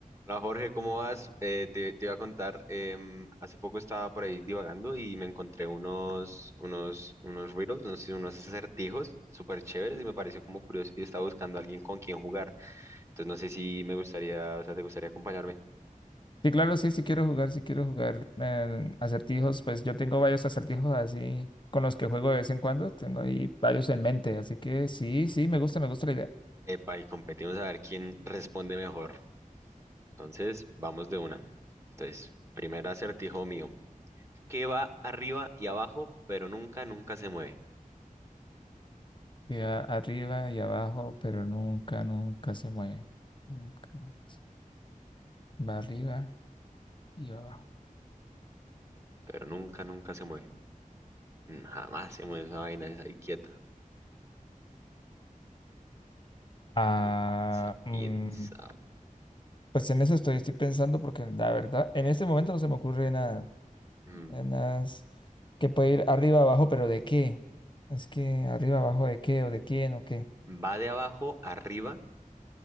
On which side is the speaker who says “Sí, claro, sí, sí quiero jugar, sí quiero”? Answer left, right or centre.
Left